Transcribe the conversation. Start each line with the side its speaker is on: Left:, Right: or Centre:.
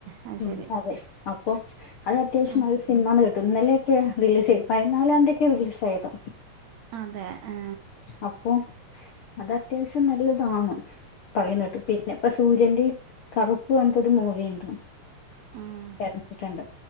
Right: അത്
Left: ഉം
Right: ശരി
Left: അതെ അപ്പോ അത് അത്യാവശ്യം
Right: ഉം
Left: നല്ല സിനിമാന്ന് കേ തുന്നലെക്കെയാ റിലീസ് ചെയ്തു പയിനാലാം തീയതിക്കാ റിലീസ് ആയത്.
Right: അതെ ആ
Left: അപ്പൊ അത് അത്യാവശ്യം നല്ലതാണ്. പറയുന്ന കേട്ടു. പിന്നെ ഇപ്പ സൂര്യന്റെ കറുപ്പ് പറഞ്ഞട്ടൊരു മൂവിയുണ്ട്.
Right: ഉം
Left: എറങ്ങിട്ടുണ്ട്.